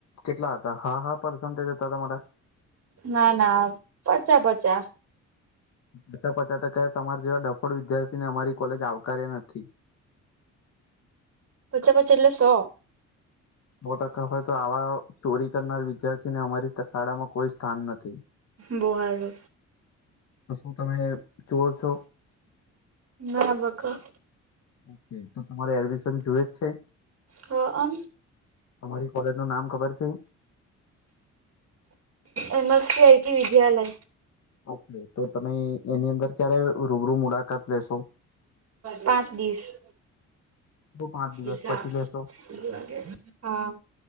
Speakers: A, on the left (about 60°); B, on the right (about 55°).
A: કેટલા હતા હા હા પસન્ટેજ હતા તમારા.
B: ના ના પચા પચા
A: પાચા પચા ટકા તમારે જેવા ડફોડ વિદ્યાર્થી ને અમારી કોલેજ આવકાર્ય નથી.
B: પચા પચા એટલે સો
A: સો ટકા હોય તો આવા ચોરી કરનાર વિદ્યાર્થીને અમારી શાળા માં કોઈ સ્થાન નથી.
B: બો હારુ
A: તો શું તમે ચોર છો
B: ના બકા
A: ઓકે તો તમારે એડમિશન જુએ જ છે
B: હ અમ
A: અમારી કોલેજ નું નામ ખબર છે
B: M S C I T વિદ્યાલય.
A: ઓકે તો તમે એની અંદર ક્યારે રૂબરૂ મુલાકાત લેશો
B: પાંચ દિવસે
A: તો પાંચ
B: <unintelligible>
A: દિવસ પછી લેશો
B: લાગે હા